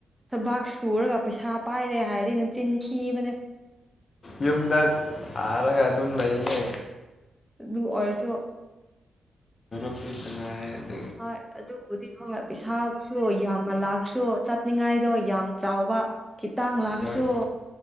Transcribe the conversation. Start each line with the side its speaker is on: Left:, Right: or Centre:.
Centre: ꯊꯕꯥꯛ ꯁꯨꯔꯒ ꯄꯩꯁꯥ ꯄꯥꯏꯔꯦ ꯍꯥꯏꯔꯤ ꯅ ꯆꯤꯟꯈꯤꯤ ꯃꯅꯦ
Left: ꯌꯨꯝꯗ ꯊꯔꯒ ꯑꯗꯨꯝ ꯂꯩꯅꯦ
Centre: ꯑꯗꯨ ꯑꯣꯏꯔꯁꯨ
Left: ꯁ ꯁꯅꯥ
Centre: ꯍꯣꯏ ꯑꯗꯨꯕꯨꯗꯤ ꯍꯣꯏ ꯄꯩꯁꯥꯕꯨꯁꯨ ꯌꯥꯝꯅ ꯂꯥꯛꯁꯨ ꯆꯠꯅꯤꯡꯉꯥꯏꯗꯣ ꯌꯥꯝ ꯆꯥꯎꯕ ꯈꯤꯇꯥꯡ ꯂꯥꯛꯈ꯭ꯔꯁꯨ
Left: ꯍꯣꯏ